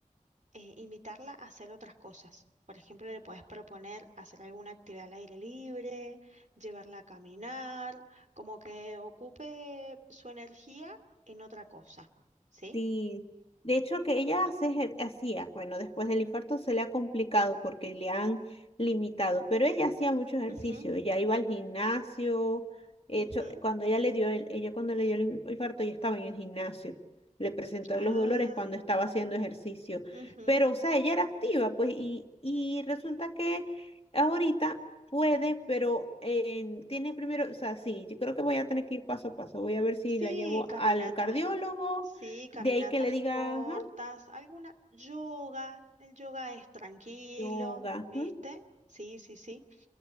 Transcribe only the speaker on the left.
Sí, de hecho que ella hace, ejer- hacía, bueno, después del infarto se le ha complicado porque le han limitado, pero ella hacía mucho ejercicio,
ella iba al gimnasio, hecho,
cuando ella le dio el, ella cuando le dio el inf- infarto ya estaba en el gimnasio, le presentó
los dolores cuando estaba haciendo ejercicio,
pero o sea, ella era activa, pues, y, y resulta que ahorita puede, pero en- tiene primero, o sea, sí, yo creo que voy a tener que ir paso a paso, voy a ver si
la llevo
al cardiólogo
de ahí que le diga,
ajá,
yoga.
ujú.